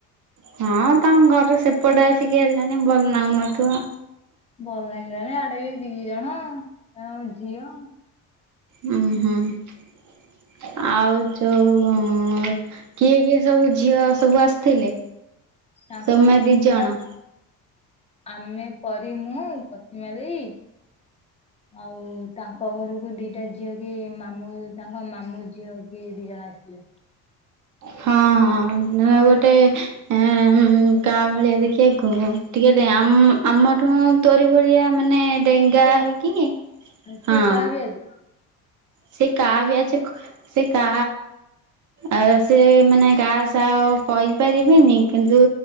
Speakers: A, on the right (about 45°); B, on the left (about 15°).
A: ହଁ ତମ ଘର ସେପଟେ ଆସିକି ହେଲଣି ଭଲ ଲାଗୁନଥିବ।
B: ଭଲ ଲାଗିଲାନି ଆଡେ ବି ଦି ଜଣ ଆଉ ଝିଅ।
A: ହୁଁ ହୁଁ ଆଉ ଯୋଉ କିଏ କିଏ ସବୁ ଝିଅ ସବୁ ଆସିଥିଲେ
B: ତାଙ୍କ
A: ତମେ
B: ଘରକୁ
A: ଦି ଜଣ।
B: ତା ଆମେ ପରି ମୁ ପ୍ରତିମା ଦେଇ। ଆଉ ତାଙ୍କ ଘରକୁ ଦିଟା ଝିଅ କିଏ ମାମୁଁ ତାଙ୍କ ମାମୁଁ ଝିଅ କିଏ ଦି ଜଣ ଆସିଥିଲେ।
A: ହଁ ହଁ ଗୋଟେ ହେଁ କା ଭଳିଆ ଦେଖିବାକୁ ଟିକେ ଆମଠୁ ତୋରି ଭଳିଆ ମାନେ ଡେଙ୍ଗା
B: ଟିକେ
A: ହେଇକି
B: ସେ
A: ହଁ।
B: କାହା ବ୍ୟାଚ୍
A: ସେ କାହା ବ୍ୟାଚ୍ ସେ କା ଆ ସେ ମାନେ ଗା ସା କହିପାରିବେନି କିନ୍ତୁ